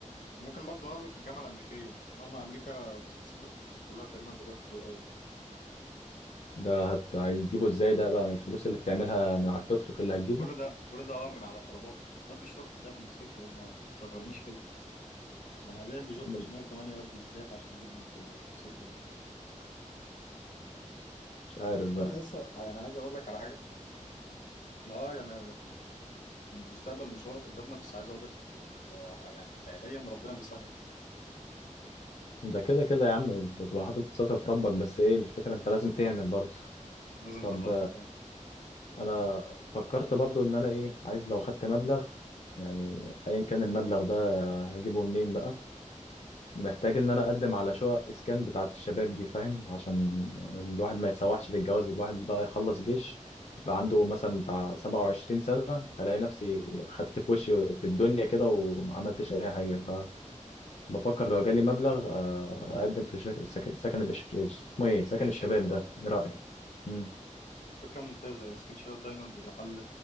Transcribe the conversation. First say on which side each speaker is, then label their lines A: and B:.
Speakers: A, on the left; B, on the left.
A: وممكن برضه ناخده في الجامعه الامريكيه لان هم امريكا بيستثمروا في الخصوم كلها تقريبا دلوقتي في الاي اي
B: ده هت... هتجيبه ازاي ده بقى من الفلوس اللي بتعملها من على التوك توك اللي هتجيبه
A: كل ده كل ده اه من على طلبات ياد بيشتغل كده من موتوسيكل ياد ما تصغرنيش كده ده انا هبيع البيجو 508
B: من-
A: ياد بالذات عشان اجيب الموتوسيكل ده
B: مش عارف بقى
A: المهم لسه انا عايز اقول لك على حاجه إن اه يعني المستقبل مش واضح قدامنا بس عايز اقول لك إن- يعني فعليا ربنا بيسهل كله
B: ده كده كده يا عم انت تبقى حاطط ثقه في ربك بس ايه الفكره انت لازم تعمل برضه
A: لازم
B: طب
A: تخطط
B: آه،
A: اه
B: انا فكرت برضه ان انا ايه عايز لو خدت مبلغ يعني ايا كان المبلغ ده هجيبه منين بقى محتاج ان انا اقدم على شقق اسكان بتاعت الشباب دي فاهم عشان الواحد ما يتسوحش في الجواز الواحد بقى يخلص جيش بقى عنده مثلا بتاع 27 سنة الاقي نفسي خدت في وشي في الدنيا كده وما عملتش اي حاجة فبفكر لو جالي مبلغ آه، اقدم في شك... سك... سكن الإش... اسمه ايه
A: بس
B: سكن
A: كان
B: الشباب
A: شباب
B: ده
A: اه
B: ايه رأيك امم
A: الفكرة ممتازة سكيل شباب دايما بيبقى حل